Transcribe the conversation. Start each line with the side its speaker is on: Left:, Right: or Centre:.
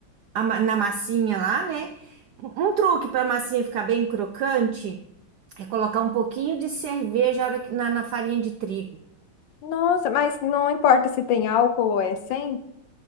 Right: a ma- na massinha lá, né? Um um truque para a massinha ficar bem crocante é colocar um pouquinho de cerveja na, hora que- na na farinha de trigo.
Left: Nossa, mas não importa se tem álcool ou é sem?